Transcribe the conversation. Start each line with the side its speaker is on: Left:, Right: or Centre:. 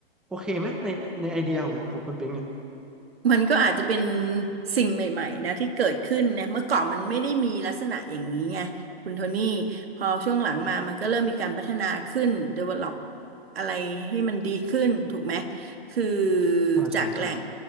Centre: โอเคไหมในในไอเดียของของคุณปิงเนี่ย
Right: มันก็อาจจะเป็นสิ่งใหม่ๆนะที่เกิดขึ้นนะเมื่อก่อนมันไม่ได้มีลักษณะอย่างนี้ไงคุณโทนี่พอช่วงหลังมามันก็เริ่มมีการพัฒนาขึ้น develop อะไรให้มันดีขึ้นถูกไหมคือ
Centre: ใช่ใช่ใช่
Right: จากแหล่ง